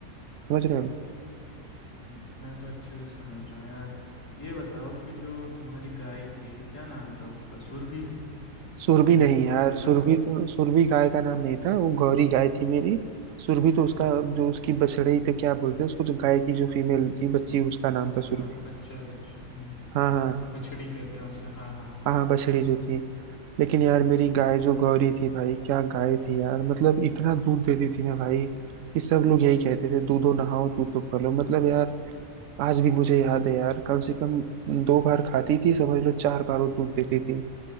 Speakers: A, on the right; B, on the left.
A: समझ रहे हो
B: हम्म, मैं तो अच्छे से समझ रहा हूँ यार ये बताओ कि जो तुम्हारी गाय थी क्या नाम था उसका सुरभि
A: सुरभि
B: क्या
A: नहीं
B: सुरभि
A: यार
B: था
A: सुरभि
B: ना उस
A: तो सुरभि गाय का नाम नहीं था वो गौरी गाय थी मेरी सुरभि तो उसका जो उसकी बछड़ी तो क्या बोलते हैं उसको जो गाय की जो फीमेल थी बच्ची उसका नाम था
B: हाँ
A: सुरभि
B: हाँ बच्चा बच्चा हम्म
A: हाँ हाँ
B: बछड़ी कहते हैं उसे हाँ हाँ
A: हाँ बछड़ी जो थी लेकिन यार मेरी गाय जो गौरी थी भाई क्या गाय थी यार मतलब इतना दूध देती थी ना भाई कि सब लोग यही कहते थे दूधो नहाओ दूध तो फलो मतलब यार आज भी मुझे याद है यार कम से कम दो बार खाती थी समझ लो चार बार वो दूध देती थी